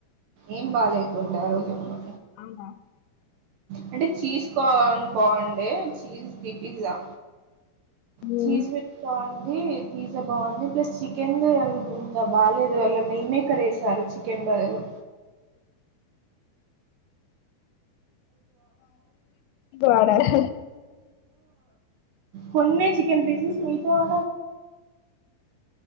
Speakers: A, on the right; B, on the left.
A: ఏం బాలే బిట్ ఆ రోజు చెప్నా
B: అవునా
A: అంటే చీజ్ కాన్ బావుండే చీజ్ ది పిజ్జా
B: మీకు
A: చిస్ విత్ కా పిజ్జా బాగుంది ప్లస్ చికెన్ ఇంత బాలేదు వాళ్ళ మిల్ మేకర్ వేశారు చి ఎంపదిలు
B: వాడారా
A: కొన్న చికెన్ పీసెస్ మీాతో <inaudible>